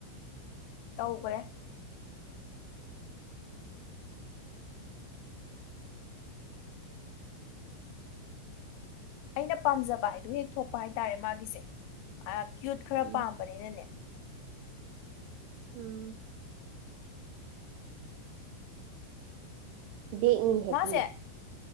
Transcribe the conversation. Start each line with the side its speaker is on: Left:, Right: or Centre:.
Left: ꯇꯧꯈ꯭ꯔꯦ ꯑꯩꯅ ꯄꯥꯝꯖꯕ ꯍꯥꯏꯗꯣ ꯍꯦꯛ ꯊꯣꯛꯄ ꯍꯥꯏꯇꯥꯔꯦ ꯃꯥꯒꯤꯁꯦ ꯀ꯭ꯌꯨꯠ ꯈꯔ
Right: ꯎꯝ
Left: ꯄꯥꯝꯕꯅꯤꯅꯅꯦ
Right: ꯎꯝ ꯕꯦꯛꯅꯤ ꯍꯦꯞꯄꯤ
Left: ꯃꯥꯁꯦ